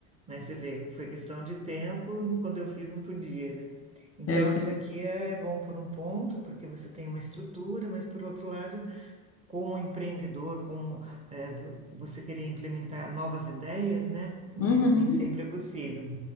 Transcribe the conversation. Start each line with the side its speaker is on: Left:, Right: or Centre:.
Right: Mas você vê, foi questão de tempo, quando eu fiz, não podia, né? Então,
Left: É, se-
Right: a franquia é bom por um ponto, porque você tem uma estrutura, mas por outro lado, como empreendedor, como é, vo- você querer implementar novas ideias, né?
Left: Uhum.
Right: É, nem sempre é possível.